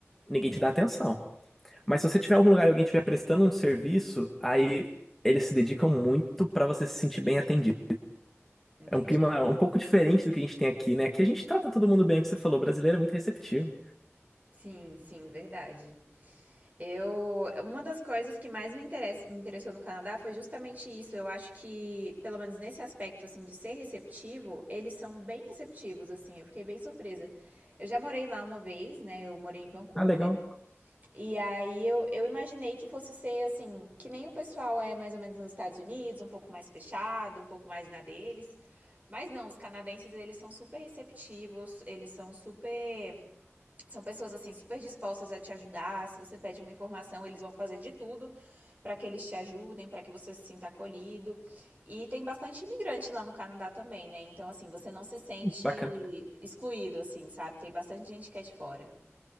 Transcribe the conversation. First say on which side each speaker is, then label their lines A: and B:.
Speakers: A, in the centre; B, on the right.
A: ninguém te dá atenção. Mas se você tiver em algum lugar e alguém estiver prestando um serviço, aí eles se dedicam muito pra você se sentir bem atendido.
B: Entendi.
A: É um clima um pouco diferente do que a gente tem aqui, né? Aqui a gente trata todo mundo bem, é o que você falou, o brasileiro é muito receptivo.
B: Sim, sim, verdade. Eu, uma das coisas que mais me, interessa, me interessou no Canadá foi justamente isso. Eu acho que, pelo menos nesse aspecto, assim, de ser receptivo, eles são bem receptivos, assim. Eu fiquei bem surpresa. Eu já morei lá uma vez, né? Eu morei em Vancouver.
A: Ah, legal,
B: E aí eu, eu imaginei que fosse ser, assim, que nem o pessoal é mais ou menos nos Estados Unidos, um pouco mais fechado, um pouco mais na deles. Mas não, os canadenses, eles são super receptivos, eles são super são pessoas assim super dispostas a te ajudar. Se você pede uma informação, eles vão fazer de tudo para que eles te ajudem, para que você se sinta acolhido. E tem bastante imigrante lá no Canadá também, né? Então assim, você não se sente
A: bacana.
B: excluído assim, sabe? Tem bastante gente que é de fora.